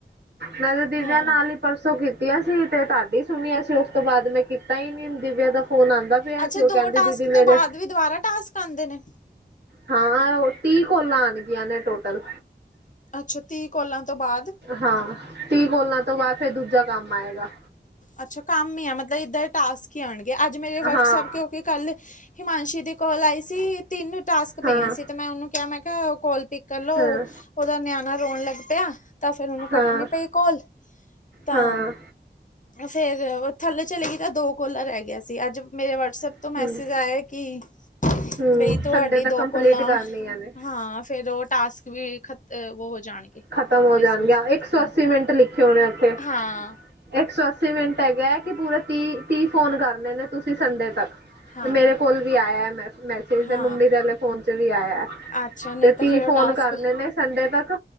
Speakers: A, on the right (about 65°); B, on the left (about 45°).
A: ਮੈ ਤੇ ਦੀਵਿਆਂ
B: ਹਾਂ
A: ਨਾਲ ਹੀ ਪਰਸੋਂ ਕੀਤੀਆਂ ਸੀ ਤੇ ਤੁਾਡੀ ਸੁਣੀਆਂ ਸੀ ਉਸ ਤੋਂ ਬਾਅਦ ਮੈਂ ਕੀਤਾ ਹੀ ਨੀ ਦਿਵਿਆ ਦਾ ਫੋਨ ਆਉਦਾ ਪਿਆ
B: ਅੱਛਾ
A: ਸੀ ਉਹ
B: ਦੋ
A: ਕਹਿਦੇ
B: ਟਾਸਕ
A: ਦੀਦੀ ਮੇਰੇ
B: ਤੋਂ ਬਾਅਦ ਵੀ ਦੁਬਾਰਾ ਟਾਸ ਆਉਦੇ ਨੇ
A: ਹਾਂ ਉਹ ਤੀਹ ਕੋਲਾ ਆਉਣਗੀਆਂ ਨੇ ਟੋਟਲ
B: ਅੱਛਾ, ਤੇ ਕੋਲਾਂ ਤੋਂ ਬਾਦ
A: ਹਾਂ, ਤੀਹ ਕੋਲਾਂ ਤੋਂ ਬਾਅਦ ਫੇਰ ਦੂਜਾ ਕੰਮ ਆਏਗਾ।
B: ਅੱਛਾ ਕੰਮ ਹੀ ਆ, ਮਤਲਬ ਇੱਦਾਂ ਦੇ ਟਾਸਕ ਹੀ ਆਉਣਗੇ। ਅੱਜ ਮੇਰੇ
A: ਹਾਂ
B: ਵਟਸਐਪ ਕਿਉਂਕਿ ਕੱਲ ਹਿਮਾਂਸ਼ੀ ਦੀ ਕੋਲ ਆਈ ਸੀ, ਤਿੰਨ ਟਾਸਕ
A: ਹਾਂ
B: ਪਏ ਏ ਸੀ। ਤੇ ਮੈਂ ਉਹਨੂੰ ਕਿਹਾ ਮੈਂ ਕਿਹਾ ਕੋਲ ਪਿੱਕ ਕਰ ਲੋ,
A: ਹਾਂ
B: ਉਹਦਾ ਨਿਆਣਾ ਰੋਣ ਲੱਗ ਪਿਆ। ਤਾਂ ਫੇਰ ਉਹਨੂੰ ਕੱਟਣੀ
A: ਹਾਂ
B: ਪਈ ਕੋਲ, ਤਾਂ
A: ਹਾਂ
B: ਫੇਰ ਥੱਲੇ ਚਲੇ ਗਈ ਤਾਂ ਦੋ ਕੋਲਾ ਰਹਿ ਗਈਆਂ ਸੀ। ਅੱਜ ਮੇਰੇ ਵਟਸਐਪ
A: ਹਮ
B: ਤੋਂ ਮੈਸੇਜ ਆਇਆ ਕਿ
A: ਹਮ
B: ਬਈ ਤੁਹਾਡੀ
A: ਸੰਡੇ ਤੱਕ
B: ਦੋ
A: ਕੰਪਲੀਟ
B: ਕੋਲਾਂ,
A: ਕਰਨੀਆਂ ਨੇ
B: ਹਾਂ ਫੇਰ ਉਹ ਟਾਸਕ ਵੀ <unintelligible> ਉਹ ਹੋ ਜਾਣਗੇ।
A: ਖ਼ਤਮ ਹੋ
B: ਡਿਸਮਿਸ
A: ਜਾਣਗੀ, ਆਂ ਇੱਕ ਸੌ
B: ਹਾਂ
A: ਅੱਸੀ ਮਿੰਟ ਲਿਖੇ ਹੋਏ ਨੇ ਉੱਥੇ।
B: ਹਾਂ
A: ਇੱਕ ਸੌ ਅੱਸੀ ਮਿੰਟ ਹੈਗੈ ਕਿ ਪੂਰੇ ਤੀ- ਤੀ ਫੋਨ ਕਰਨੇ ਨੇ ਤੁਸੀਂ ਸੰਡੇ ਤੱਕ।
B: ਹਾਂ
A: ਮੇਰੇ ਕੋਲ ਵੀ ਆਇਆ ਮੈਸ -ਮੈਸੇਜ
B: ਹਾਂ
A: ਤੇ ਮੰਮੀ ਦੇ ਅਲੇ ਫੋਨ ਚ ਵੀ ਆਇਆ।
B: ਅੱਛਾ ਨਹੀਂ
A: ਤੇ
B: ਤਾਂ
A: ਤੀਹ
B: ਫੇਰ
A: ਫੋਨ
B: ਉਹ ਟਾਸਕ
A: ਕਰਨੇ ਨੇ ਸੰਡੇ ਤੱਕ।